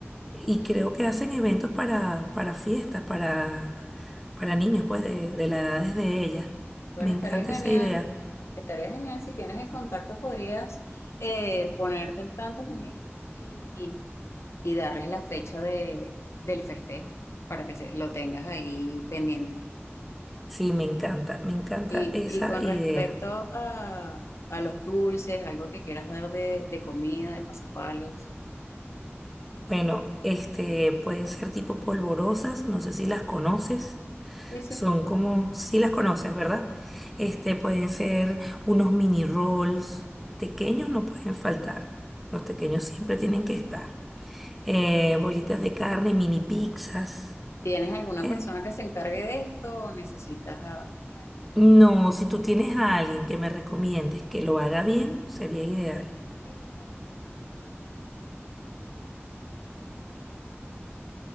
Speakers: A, in the centre; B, on the left (about 80°).
A: Y creo que hacen eventos para, para fiestas, para, para niños, pues, de, de la edad de ella.
B: Bueno,
A: Me encanta
B: estaría genial,
A: esa idea.
B: estaría genial si tienes el contacto, podrías eh, ponerte al tanto con ellos. Y y darles la fecha de, del festejo para que se, lo tengas ahí pendiente.
A: Sí, me encanta, me encanta
B: Y,
A: esa
B: y con
A: idea.
B: respecto a, a los dulces, algo que quieras dar de, de comida, de pasapalos,
A: Bueno, este, pueden ser tipo polvorosas, no sé si las conoces.
B: sí, sí.
A: Son como, sí las conoces, ¿verdad? Este, pueden ser unos mini rolls. Pequeños no pueden faltar. Los pequeños siempre tienen que estar. Eh, bolitas de carne, mini pizzas.
B: ¿Tienes alguna
A: Eh,
B: persona que se encargue de esto o necesitas a a alguien que
A: No,
B: lo haga?
A: si tú tienes a alguien que me recomiendes que lo haga bien, sería ideal.
B: Sí, tengo algunos contactos.